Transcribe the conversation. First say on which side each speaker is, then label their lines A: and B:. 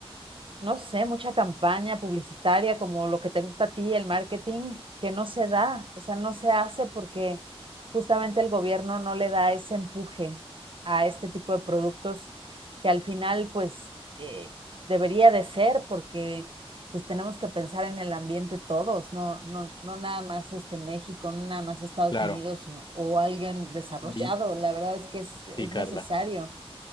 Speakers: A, on the right; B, on the left.
A: no sé, mucha campaña publicitaria como lo que te gusta a ti, el marketing, que no se da, o sea, no se hace porque justamente el gobierno no le da ese empuje a este tipo de productos que al final, pues, eh, debería de ser porque pues tenemos que pensar en el ambiente todos, no, no, no nada más este México, no nada más Estados
B: Claro,
A: Unidos o, o alguien desarrollado,
B: Li-
A: la verdad es que es, es
B: sí, Carla.
A: necesario.